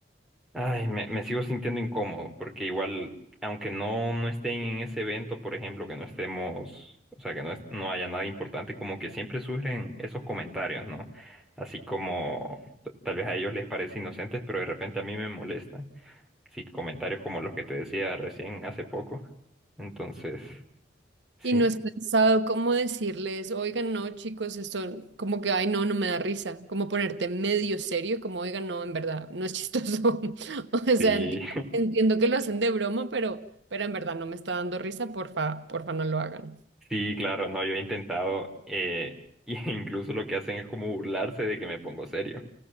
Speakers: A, in the centre; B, on the right (about 75°).
A: ay, me, me sigo sintiendo incómodo, porque igual, aunque no, no estén en ese evento, por ejemplo, que no estemos, o sea, que no, es- no haya nada importante, como que siempre surgen esos comentarios, ¿no? Así como t- tal vez a ellos les parece inocentes, pero de repente a mí me molestan. Sí, comentarios como los que te decía recién hace poco. Entonces, sí,
B: Y no es pensado cómo decirles, oigan, no, chicos, esto como que, ay, no, no me da risa, como ponerte medio serio, como, oigan, no, en verdad, no es chistoso. <laughs> O sea,
A: sí,
B: entiendo, entiendo que lo hacen de broma, pero, pero en verdad no me está dando risa, porfa, porfa, no lo hagan.
A: Sí, claro, no, yo he intentado, eh, <laughs> y incluso lo que hacen es como burlarse de que me pongo serio.